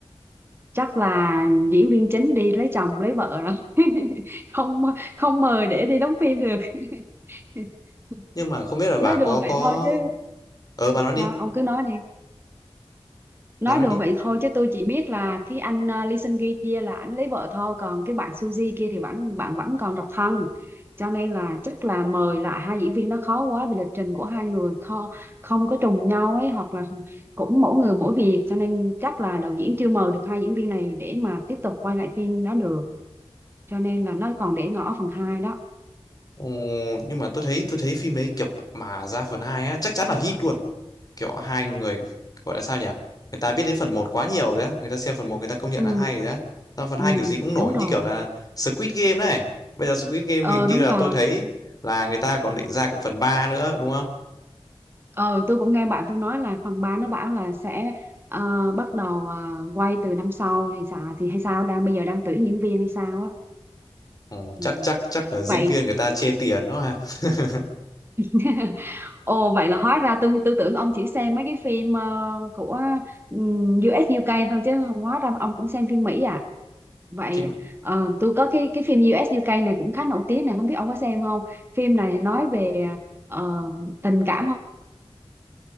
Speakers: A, on the right; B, on the left.
A: chắc là diễn viên chính đi lấy chồng lấy vợ rồi <laughs> không không mời để đi đóng phim được <laughs>
B: Nhưng mà không biết là bà
A: nói
B: có
A: đùa vậy
B: có
A: thôi chứ
B: ờ bà nói
A: sao
B: đi,
A: ông cứ nói đi nói
B: bà nói
A: đùa
B: đi.
A: vậy thôi chứ tôi chỉ biết là cái anh ờ, Lee Seung Gi kia là anh lấy vợ thôi còn cái bạn Suzy kia thì vẫn bạn vẫn còn độc thân cho nên là chắc là mời lại hai diễn viên đó khó quá vì lịch trình của hai người không, không có trùng nhau ấy hoặc là cũng mỗi người mỗi việc cho nên chắc là đạo diễn chưa mời được hai diễn viên này để mà tiếp tục quay lại phim đó được cho nên là nó còn để ngỏ phần hai đó
B: Ồ, nhưng mà tôi thấy tôi thấy phim đấy kiểu mà ra phần 2 á chắc chắn là hit luôn kiểu hai người gọi là sao nhỉ người ta biết đến phần một quá nhiều rồi á người ta xem phần một người ta công nhận
A: ừ
B: là hay rồi á ra phần
A: ừ
B: 2 kiểu gì cũng nổi
A: đúng rồi
B: như kiểu là Squid Game này bây giờ Squid Game
A: ờ
B: hình như
A: đúng
B: là
A: rồi
B: tôi thấy là người ta còn định ra cả phần ba nữa đúng không
A: Ờ, tôi cũng nghe bạn tôi nói là phần 3 nó bảo là sẽ ờ, bắt đầu ờ, quay từ năm sau hay sao thì hay sao đang bây giờ đang tuyển diễn viên hay sao á.
B: Ồ,
A: Ừ.
B: chắc chắc chắc là diễn
A: Vậy
B: viên người ta chê tiền đó ha <laughs>
A: <laughs> ồ vậy là hóa ra tôi tôi tưởng ông chỉ xem mấy cái phim ờ, của um, u UK thôi chứ không hóa ra ông cũng xem phim Mỹ à. Vậy
B: phim
A: ờ, tôi có cái cái phim U.S. u UK này cũng khá nổi tiếng này không biết ông có xem không? Phim này nói về ờ, tình cảm